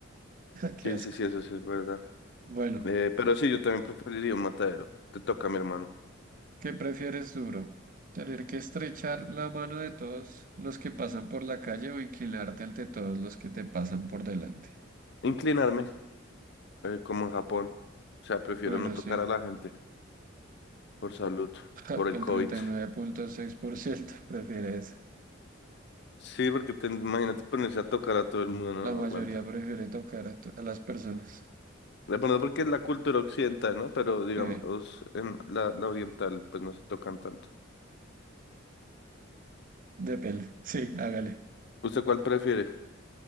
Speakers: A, on the right; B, on the left.
A: <laughs> Qué
B: sí,
A: asco.
B: sí, sí, eso sí es verdad.
A: Bueno,
B: Eh, pero sí, yo también preferiría un matadero. Te toca, mi hermano.
A: ¿qué prefieres duro? ¿Tener que estrechar la mano de todos los que pasan por la calle o inclinarte ante todos los que te pasan por delante?
B: Inclinarme. eh, como en Japón. O sea, prefiero
A: Bueno,
B: no tocar
A: sí,
B: a la gente por salud,
A: <laughs>
B: por el
A: el
B: COVID.
A: treinta y nueve punto seis por ciento <laughs> prefiere eso.
B: Sí, porque te, imagínate ponerse a tocar a todo el mundo, no,
A: La
B: no
A: mayoría
B: aguanta.
A: prefiere tocar a, to- a las personas.
B: De pronto porque es la cultura occidental, ¿no? Pero digamos,
A: Sí,
B: en la, la oriental, pues no se tocan tanto.
A: depende. Sí, hágale.
B: ¿Usted cuál prefiere?